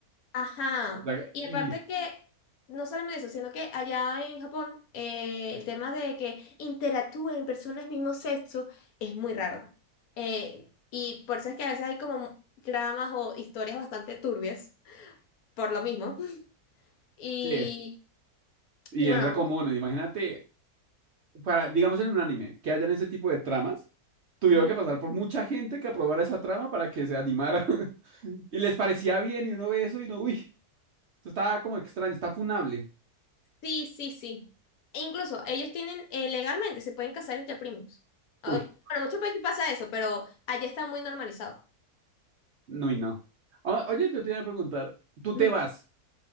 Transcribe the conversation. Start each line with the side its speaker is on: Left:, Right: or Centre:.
Left: Ajá,
Right: <laughs> La-
Left: y
Right: Y
Left: aparte que, no solamente eso, sino que allá en Japón eh, el tema de que interactúen personas mismo sexo es muy raro. Eh, y por eso es que a veces hay como dramas o historias bastante turbias, por lo mismo. Y,
Right: sí, y
Left: y bueno,
Right: es re común. Imagínate, para, digamos en un anime, que hayan ese tipo de tramas, tuvieron
Left: ujú.
Right: que pasar por mucha gente que aprobara esa trama para que se animara. <laughs> Y les parecía bien, y uno ve eso y no, uy, esto está como extraño, está funable.
Left: Sí, sí, sí. E incluso ellos tienen, eh, legalmente, se pueden casar entre primos. Ah,
Right: Uy,
Left: bueno, en muchos países pasa eso, pero allá está muy normalizado.
Right: no y no. O- Oye, yo te iba a preguntar, ¿tú
Left: Ujú.
Right: te vas?